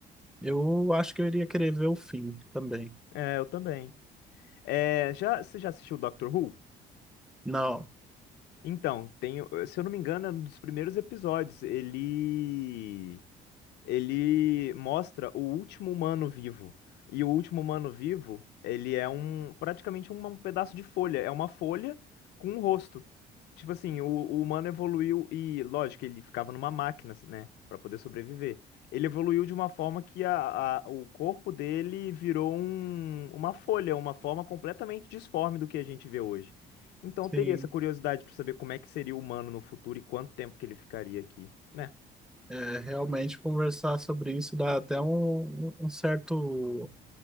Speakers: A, in the centre; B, on the left.
A: Eu acho que eu iria querer ver o fim também.
B: é, eu também. É, já, você já assistiu Doctor Who?
A: Não,
B: Então, tem, se eu não me engano, é um dos primeiros episódios. Ele ele mostra o último humano vivo. E o último humano vivo, ele é um praticamente um, um pedaço de folha, é uma folha com um rosto. Tipo assim, o, o humano evoluiu e, lógico, ele ficava numa máquina, né, Pra poder sobreviver. Ele evoluiu de uma forma que a, a- o corpo dele virou um- uma folha, uma forma completamente disforme do que a gente vê hoje. Então
A: sim.
B: eu teria essa curiosidade pra saber como é que seria o humano no futuro e quanto tempo que ele ficaria aqui, né?
A: É, realmente conversar sobre isso dá até um, um um certo,